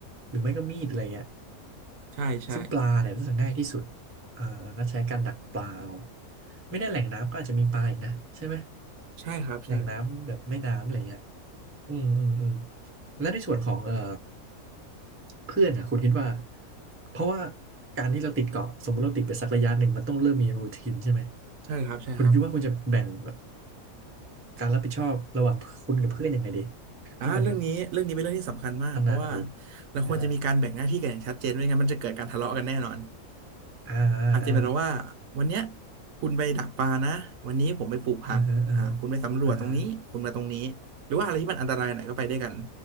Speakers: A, on the right; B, on the right.
A: หรือไม่ก็มีดอะไรเงี้ย
B: ใช่ใช่
A: ซึ่งปลาเนี่ยน่าจะง่ายที่สุดอ่าก็ใช้การดักปลาเอาไม่แน่แหล่งน้ำก็อาจจะมีปลาอีกนะใช่ไหม
B: ใช่ครับใช่
A: แหล่งน้ำแบบแม่น้ำอะไรเงี้ย อืมอืมอืมและในส่วนของเอ่อเพื่อนอ่ะคุณคิดว่าเพราะว่าการที่เราติดเกาะสมมติเราติดไปสักระยะหนึ่งมันต้องเริ่มมีรูทีนใช่ไหม
B: ใช่ครับใช่ครับ
A: คุณคิดว่าคุณจะแบ่งแบบการรับผิดชอบระหว่างคุณกับเพื่อนยังไงดี
B: อ่าเรื่องนี้เรื่องนี้เป็นเรื่องที่สำคัญมากเพราะว่า
A: ให้มันแบบพัฒนากันดี
B: เราควรจะมีการแบ่งหน้าที่กันอย่างชัดเจนไม่งั้นมันจะเกิดการทะเลาะกันแน่นอน
A: อ่าอ่าอ่าอ่า
B: อาจจะเป็นเราว่าวันเนี้ยคุณไปดักปลานะวันนี้ผมไปปลูกผักอ่าคุณไปสำรวจตรงนี้คุณมาตรงนี้หรือว่าอะไรที่มันอันตรายหน่อยก็ไปด้วยกัน
A: อ่าอ่าฮะอ่าฮะ